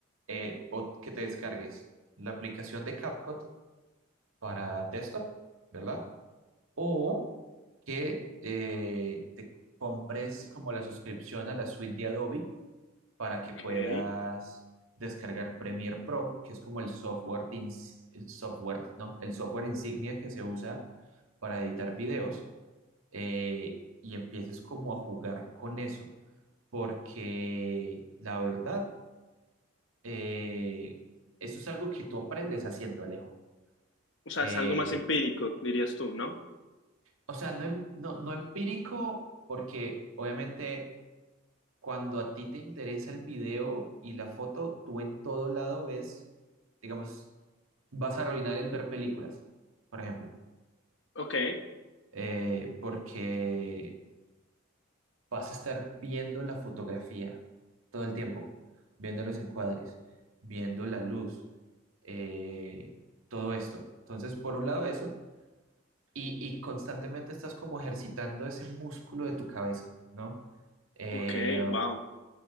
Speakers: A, on the right; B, on the left.
A: eh, o que te descargues la aplicación de CapCut para desktop, ¿verdad? O que eh, te compres como la suscripción a la suite de Adobe para que
B: Ok.
A: puedas descargar Premiere Pro, que es como el software, de ins- el software, ¿no? El software insignia que se usa para editar videos eh, y empieces como a jugar con eso, porque la verdad, eh, eso es algo que tú aprendes haciendo, Alejo.
B: O sea,
A: Eh,
B: es algo más empírico, dirías tú, ¿no?
A: o sea, no, em- no, no empírico, porque obviamente cuando a ti te interesa el video y la foto, tú en todo lado ves, digamos, vas a arruinar el ver películas, por ejemplo,
B: Ok,
A: eh, porque vas a estar viendo la fotografía todo el tiempo, viendo los encuadres, viendo la luz, eh, todo esto. Entonces, por un lado eso, y, y constantemente estás como ejercitando ese músculo de tu cabeza, ¿no? Eh,
B: ok, wow.